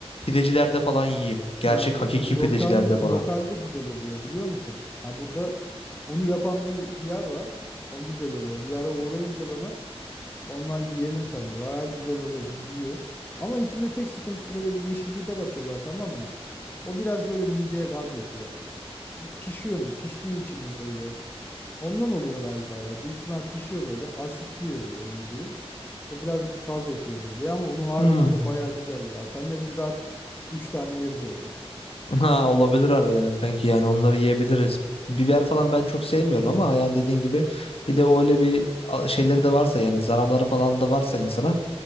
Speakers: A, on the left; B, on the left.
A: pidecilerde falan yiyeyim. Gerçek
B: Ya
A: hakiki
B: lokal
A: pidecilerde falan.
B: lokalde güzel oluyor biliyor musun? Ya burada onu yapan bir bir yer var. O güzel oluyor. Bir yere uğrayınca bana Ondan yiyelim seninle. Baya güzel oluyor. Biz yiyoruz. Ama içinde tek sıkıntısı böyle bir yeşil biber atıyorlar tamam mı? O biraz böyle mideye gaz yapıyor. E, Pişiyor mu? Piştiği için mi böyle? Ondan oluyor galiba ya. Büyük ihtimal pişiyor böyle. Asitliyor böyle mideyi. O biraz gaz yapıyor mideye ama onun haricinde
A: Hmm. <laughs>
B: baya güzel ya. Seninle biz rahat 3 tane yeriz öyle. <laughs>
A: Ha, olabilir harbiden kanki yani onları yiyebiliriz. Biber falan ben çok sevmiyorum ama yani dediğin gibi bir de öyle bir a- şeyleri de varsa yani zararları falan da varsa insana